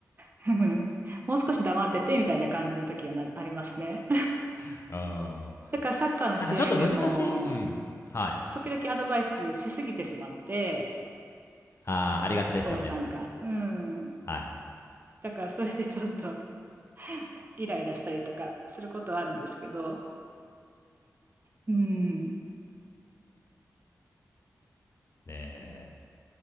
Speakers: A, on the right; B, on the left.
A: <laughs> もう少し黙っててみたいな感じの時はな、ありますね。
B: <laughs> うん
A: <laughs> だからサッカーの試合でも、
B: なんかちょっと難しい、うん。はい。
A: 時々アドバイスしすぎてしまって、
B: あーありがちですよね。
A: お父さんが。うん。
B: はい。
A: だからそれでちょっと <laughs> イライラしたりとかすることはあるんですけど、うん。
B: ねえ。